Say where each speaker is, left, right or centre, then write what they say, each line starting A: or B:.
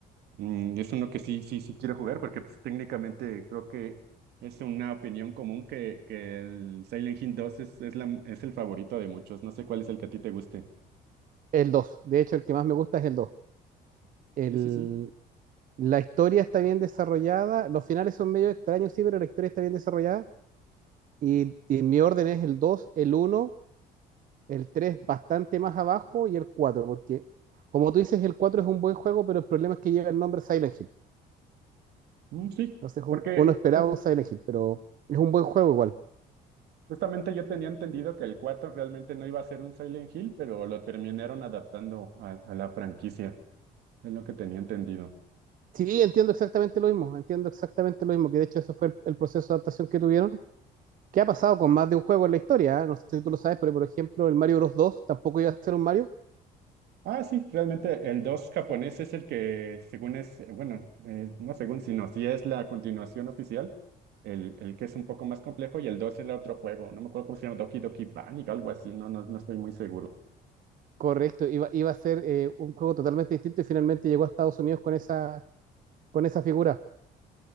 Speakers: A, on the right (about 75°); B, on the right (about 55°).
A: Mm, es uno que sí, sí, sí quiero jugar porque pues, técnicamente creo que es una opinión común que, que el Silent Hill 2 es, es, la, es el favorito de muchos. No sé cuál es el que a ti te guste.
B: El dos de hecho, el que más me gusta es el dos El,
A: Sí, sí, sí.
B: la historia está bien desarrollada, los finales son medio extraños, sí, pero la historia está bien desarrollada Y, y mi orden es el dos el uno el 3 bastante más abajo y el 4 porque como tú dices, el 4 es un buen juego, pero el problema es que llega el nombre Silent Hill.
A: Mm, sí,
B: Entonces un-
A: porque
B: uno esperaba
A: ju-
B: un Silent Hill, pero es un buen juego igual.
A: justamente yo tenía entendido que el 4 realmente no iba a ser un Silent Hill, pero lo terminaron adaptando a, a la franquicia. Es lo que tenía entendido.
B: Sí, entiendo exactamente lo mismo, entiendo exactamente lo mismo, que de hecho eso fue el, el proceso de adaptación que tuvieron. ¿Qué ha pasado con más de un juego en la historia? ¿eh? No sé si tú lo sabes, pero por ejemplo, el Mario Bros. dos tampoco iba a ser un Mario.
A: Ah, sí, realmente el 2 japonés es el que, según es, eh, bueno, eh, no según, sino sí es la continuación oficial, el, el que es un poco más complejo, y el 2 era otro juego, no me acuerdo cómo se llama, Doki Doki Panic, algo así, no, no, no estoy muy seguro.
B: Correcto, iba, iba a ser eh, un juego totalmente distinto y finalmente llegó a Estados Unidos con esa, con esa figura.